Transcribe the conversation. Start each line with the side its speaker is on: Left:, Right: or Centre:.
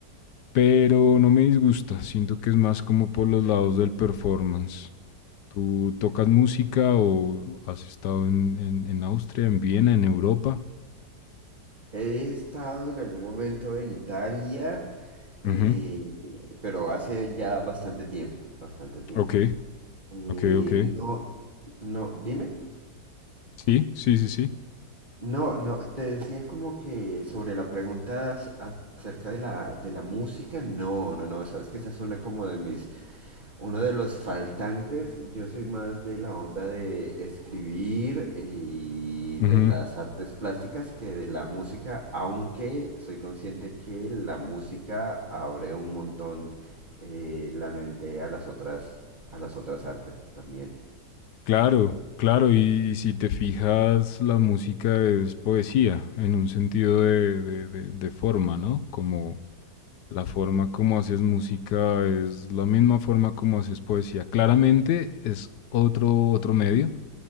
Left: pero no me disgusta. Siento que es más como por los lados del performance. ¿Tú tocas música o has estado en, en, en Austria, en Viena, en Europa?
Right: He estado en algún momento en Italia, eh,
Left: Ujú,
Right: pero hace ya bastante tiempo, bastante tiempo.
Left: Ok,
Right: Eh,
Left: ok, ok.
Right: no, no, dime.
Left: Sí, sí, sí, sí.
Right: No, no, te decía como que sobre la pregunta as- acerca de la, de la música, no, no, no, sabes que esa es una como de mis Uno de los faltantes, yo soy más de la onda de escribir y de
Left: Ujú,
Right: las artes plásticas que de la música, aunque soy consciente que la música abre un montón eh, la mente a las otras, a las otras artes también.
Left: Claro, claro. Y, y si te fijas, la música es poesía en un sentido de, de, de- de forma, ¿no? Como la forma como haces música es la misma forma como haces poesía. Claramente es otro, otro medio